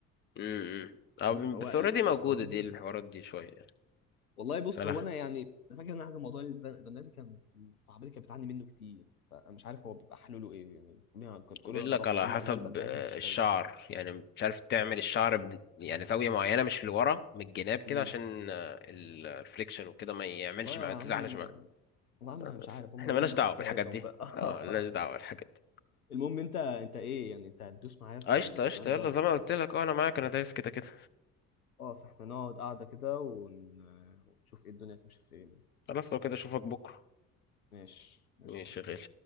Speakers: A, on the left (about 25°); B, on the left (about 85°).
A: م- م. آه،
B: فاهم فهو
A: بس
B: ال-
A: اوريدي موجودة
B: الحوار ده
A: دي الحوارات دي شوية يعني.
B: والله بص
A: فلا
B: هو انا يعني أنا فاكر ان أنا حاجه موضوع الب- البرنامج كان صاحبتي كانت بتعاني منه كتير فانا مش عارف هو بيبقى حلوله ايه يعني بتقولي انا كنت بتقولي
A: بيقول
B: انا جربت
A: لك على
B: كل
A: حسب
B: انواع البندانات
A: آه،
B: مفيش فايده
A: الشعر يعني مش عارف تعمل الشعر ب... يعني زاوية معينة مش لورا من الجناب كده
B: امم
A: عشان الفريكشن وكده ما يعملش
B: والله
A: مع
B: يا
A: ما
B: عم
A: تزحلقش مع
B: والله يا عم
A: بس
B: أنا مش عارف هم
A: احنا
B: لهم
A: مالناش دعوة
B: حكاياتهم
A: بالحاجات دي
B: بقى <laughs>
A: اه مالناش دعوة بالحاجات دي
B: المهم انت انت ايه يعني انت هتدوس معايا في
A: قشطة
B: البراند
A: قشطة يلا
B: ده ولا
A: زي
B: لا
A: ما قلت لك اه انا معاك انا دايس كده كده
B: خلاص احنا نقعد قاعده كده ون... ونشوف ايه الدنيا هتمشي فين يعني.
A: خلاص لو كده اشوفك بكرة
B: ماشي ماشي
A: ماشي
B: يا معلم.
A: يا غالي